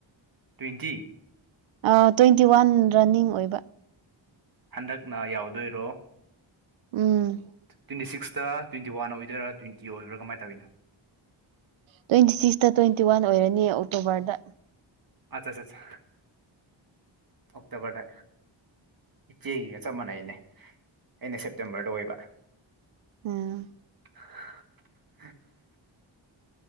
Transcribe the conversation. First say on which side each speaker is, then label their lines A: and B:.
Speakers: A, on the right; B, on the right.
A: ꯇꯣꯏꯟꯇꯤ
B: ꯑꯥ ꯇꯣꯏꯟꯇꯤ ꯋꯥꯟ ꯔꯟꯅꯤꯡ ꯑꯣꯏꯕ
A: ꯍꯟꯗꯛꯅ ꯌꯥꯎꯗꯣꯏꯔꯣ
B: ꯎꯝ
A: ꯇꯣꯏꯟꯇꯤ ꯁꯤꯛꯁꯇ ꯇꯣꯏꯟꯇꯤ ꯋꯥꯟ ꯑꯣꯏꯗꯣꯏꯔ ꯇꯣꯏꯟꯇꯤ ꯑꯣꯏꯕ꯭ꯔꯥ ꯀꯃꯥꯏ ꯇꯧꯋꯤꯅꯣ
B: ꯇꯣꯏꯟꯇꯤ ꯁꯤꯛꯁꯇ ꯇꯣꯏꯟꯇꯤ ꯋꯥꯟ ꯑꯣꯏꯔꯅꯤ ꯑꯣꯛꯇꯣꯕꯔꯗ
A: ꯑꯠꯆꯥ ꯆꯥ ꯆꯥ ꯑꯣꯛꯇꯣꯕꯔꯗ ꯏꯆꯦꯒꯤꯒ ꯆꯞ ꯃꯥꯟꯅꯩꯅꯦ ꯑꯩꯅ ꯁꯦꯞꯇꯦꯝꯕꯔꯗ ꯑꯣꯏꯕ
B: ꯎꯝ
A: <inaudible>